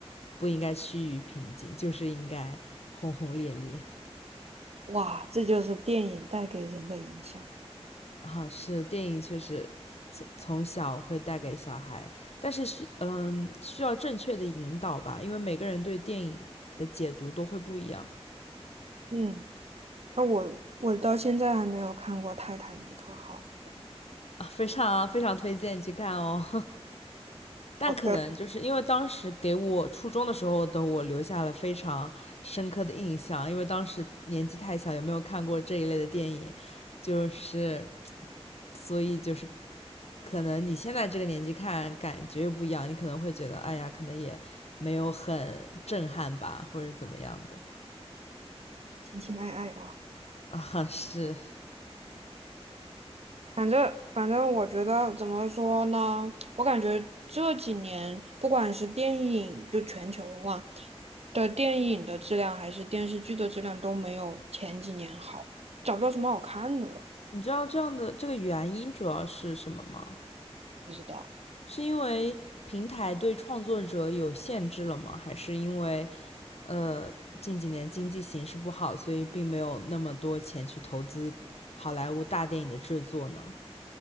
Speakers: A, on the left; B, on the right.
A: 不应该趋于平静，就是应该轰轰烈烈。
B: 哇，这就是电影带给人的影响。
A: 啊，是电影确实从从小会带给小孩，但是需嗯需要正确的引导吧，因为每个人对电影的解读都会不一样
B: 嗯，那我我到现在还没有看过《泰坦尼克号》，
A: 啊，非常非常推荐你去看哦。但可能就是因为当时给我初中的时候的我留下了非常深刻的印象，
B: 好的，
A: 因为当时年纪太小，也没有看过这一类的电影，就是所以就是可能你现在这个年纪看感觉又不一样，你可能会觉得哎呀，可能也没有很震撼吧，或者怎么样的
B: 情情爱爱哦。
A: 啊？<laughs> 是，
B: 反正反正，我觉得怎么说呢？我感觉这几年不管是电影，就全球嘛的电影的质量，还是电视剧的质量都没有前几年好，找不到什么好看的了。
A: 你知道这样的这个原因主要是什么吗？
B: 不知道，
A: 是因为平台对创作者有限制了吗？还是因为？呃，近几年经济形势不好，所以并没有那么多钱去投资好莱坞大电影的制作呢。